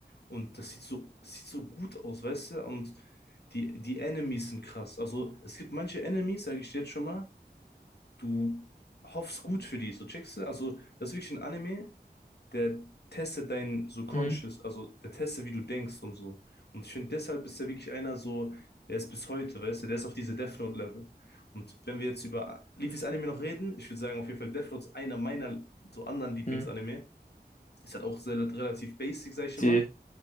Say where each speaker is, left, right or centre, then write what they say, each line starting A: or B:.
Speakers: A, on the left; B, on the left.
A: Und das sieht so, das sieht so gut aus, weißt du? Und die, die Enemies sind krass. Also es gibt manche Enemies, sage ich dir jetzt schon mal, du hoffst gut für die, so checkst du? Also das ist wirklich ein Anime, der testet dein Subconscious,
B: Hm.
A: also der testet, wie du denkst und so. Und ich finde, deshalb ist er wirklich einer so, der ist bis heute, weißt du, der ist auf diese Death Note-Level. Und wenn wir jetzt über Leafys Anime noch reden, ich würde sagen, auf jeden Fall Death Note ist einer meiner so anderen Lieblingsanime.
B: Hm.
A: Ist halt auch sehr, relativ basic, sag ich immer.
B: Die,